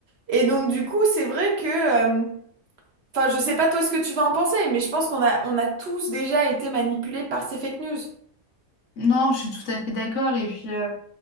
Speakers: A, on the right; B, on the left.
A: Et donc du coup, c'est vrai que euh, Enfin, je sais pas toi ce que tu vas en penser, mais je pense qu'on a, on a tous déjà été manipulés par ces fake news.
B: Non, je suis tout à fait d'accord. Et puis, euh,